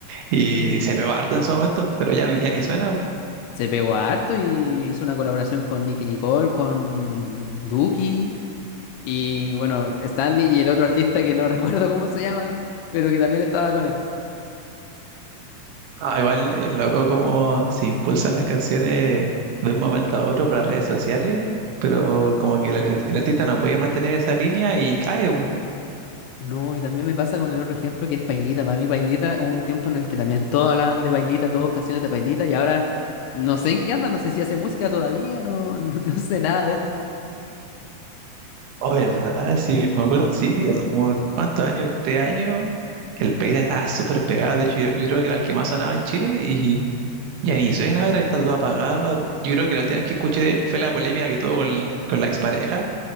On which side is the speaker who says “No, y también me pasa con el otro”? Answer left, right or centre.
Left